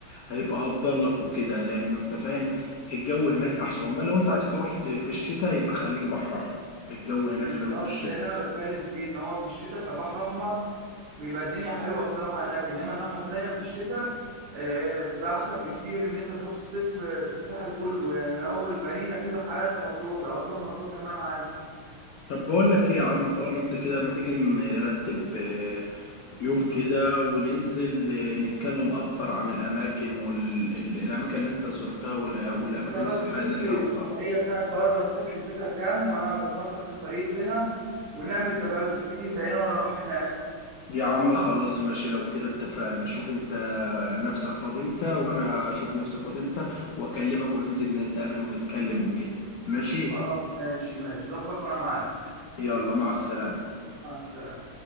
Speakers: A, on the left; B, on the right.
A: هيبقى افضل لك وكده لانه انت فاهم الجو هناك احسن امال لو انت عايز تروح ت- في الشتاء يبقى خليك بحر احمر الجو هناك
B: بالظبط
A: حلو في الشتاء
B: ده اللي أنا بتكلم فيه إن هو في الشتاء بحر أحمر بيبقى الدنيا حلوه الصراحه هناك انما الناحيه التانيه في الشتاء آه، بتبقى احسن بكتير ان انت تروح الصيف آه، في الساحل كله يعني من اول مارينا كده لحد ما تروح لو هتروح ما تروح كمان عادي
A: طب بقول لك ايه يا عم طالما انت كده ما تيجي نرتب آه، يوم كده وننزل آه، نتكلم اكتر عن الاماكن والاماكن اللي انت زرتها والأ- والاماكن
B: انت
A: السياحية
B: بس شوف
A: اللي
B: لي
A: انت رحتها
B: السفريه بتاعت بره دي تكلفتها كام وانا هظبط لك سفريه هنا ونعمل تبادل تيجي انت هنا وانا اروح هناك
A: يا عم خلاص ماشي لو كده اتفقنا شوف انت نفسك فاضي امتى وانا هشوف نفسي فاضي امتى واكلمك وننزل نتقابل ونتكلم وكده ماشي
B: خلاص ماشي ماشي ظبط وانا معاك
A: يلا مع السلامة
B: مع السلامه